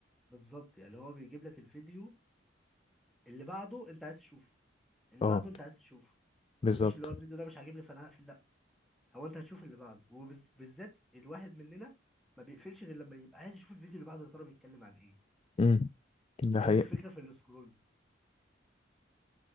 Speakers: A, in the centre; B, on the left (about 30°).
A: بالظبط يعني هو بيجيب لك الفيديو اللي بعده انت عايز تشوفه اللي
B: اه
A: بعده انت عايز تشوفه
B: بالظبط
A: مفيش اللي هو الفيديو ده مش عاجبني فانا هقفل لا هو انت هتشوف اللي بعده وبالذات الواحد مننا ما بيقفلش غير لما يبقى عايز يشوف الفيديو اللي بعده يا ترى بيتكلم عن ايه
B: امم ده
A: هي
B: حقيقة
A: دي الفكرة في السكرول